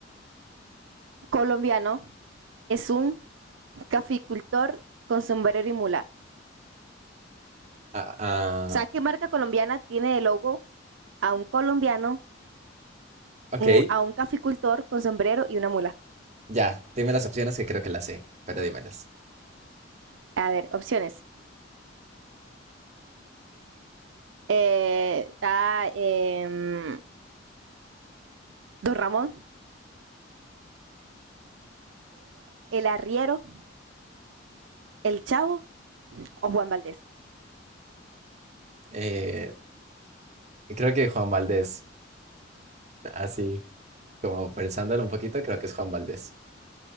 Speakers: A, on the right; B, on the right.
A: colombiano, es un caficultor con sombrero y mula.
B: Ah, ah,
A: O sea, ¿qué marca colombiana tiene de logo a un colombiano
B: ok,
A: un- a un caficultor con sombrero y una mula.
B: ya. Dime las opciones que creo que las sé, pero dímelas.
A: A ver, opciones. Eh, está em, Don Ramón, el arriero, el chavo o Juan Valdés.
B: Eh, creo que Juan Valdés, así como pensándolo un poquito, creo que es Juan Valdés.